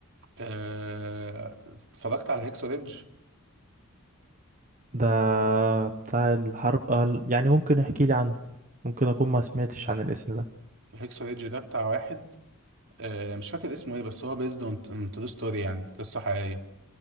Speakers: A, on the right; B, on the right.
A: آه، اتفرجت على هيكسو ريدج
B: ده بتاع الحرب آه، يعني ممكن يحكي لي عنه ممكن اكون ما سمعتش عن الاسم ده
A: هيكسو ريدج ده بتاع واحد آه، مش فاكر اسمه ايه بس هو بيزد اون ترو ستوري يعني قصه حقيقيه